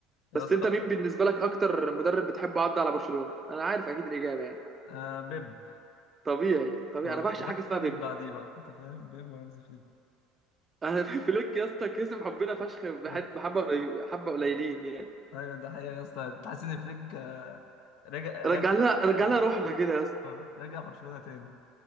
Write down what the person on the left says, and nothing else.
يا
اسطى
آه بيب
آه
وهانز
فليك
بعديه بقى انت فاهم بيب وهانز فليك
آه.
ايوه ده حقيقة يا اسطى تحس ان فليك آه رجع
رجع
تاني
رجع برشلونة تاني